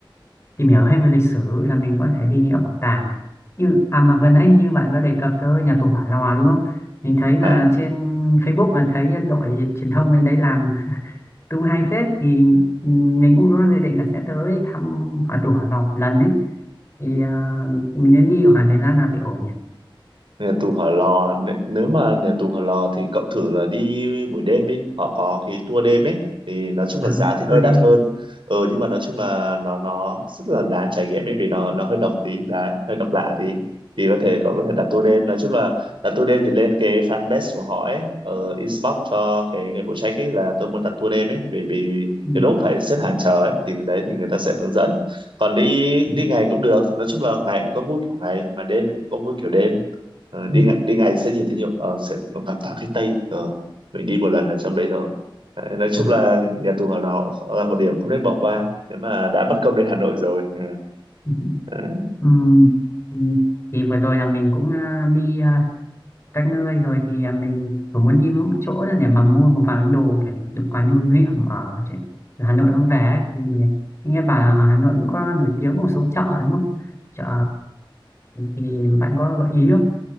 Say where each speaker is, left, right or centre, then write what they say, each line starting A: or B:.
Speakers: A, on the left; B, on the right.
A: tìm hiểu thêm về lịch sử là mình có thể đi những các bảo tàng này như à mà vừa nãy như bạn có đề cập tới nhà tù Hỏa Lò đúng không mình thấy là
B: À,
A: trên Facebook là thấy đội truyền thông bên đấy làm <laughs> cũng hay phết thì ừ, mình cũng có dự định là sẽ tới thăm nhà tù Hỏa Lò một lần ấy thì à, mình nên đi khoảng thời gian nào thì ổn nhỉ
B: Nhà tù Hỏa Lò nế- nếu mà nhà tù Hỏa Lò thì cậu thử là đi buổi đêm đi họ có cái tour đêm ấy thì nói chung
A: à,
B: là giá thì hơi
A: tôi đêm
B: đắt hơn ừ nhưng mà nói chung là nó nó rất là đáng trải nghiệm ấy vì nó nó hơi độc tí đấy hơi độc lạ tí thì có thể cậu có thể đặt tour đêm nói chung là đặt tour đêm thì lên cái fanpage của họ ấy ở inbox cho cái người phụ trách ấy là tôi muốn đặt tour đêm ấy vì vì
A: ừ,
B: cái lúc phải xếp hàng chờ ấy thì đấy thì người ta sẽ hướng dẫn còn đi
A: ừ,
B: đi ngày cũng được nói chung là ngày cũng có vui kiểu ngày mà đêm thì cũng có vui kiểu đêm Ờ, đi
A: ừ,
B: ngày, đi ngày sẽ nhìn thấy nhiều ờ, sẽ gặp toàn khách Tây ờ, mình đi một lần ở trong đấy rồi Đấy, nói chung
A: à.
B: là nhà tù Hỏa Lò là một điểm không nên bỏ qua nếu mà đã bất công đến Hà Nội rồi Ờ,
A: <laughs>
B: đấy.
A: ừ. ừ. Thì vừa rồi là mình cũng à, đi à, các nơi rồi thì à, mình cũng muốn đi một chỗ là để mà mua một vài món đồ để được quán lưu niệm ở, trên- ở Hà Nội mang về ấy. thì nghe bà ở Hà Nội cũng có nổi tiếng một số chợ đúng không chợ thì bạn có gợi ý không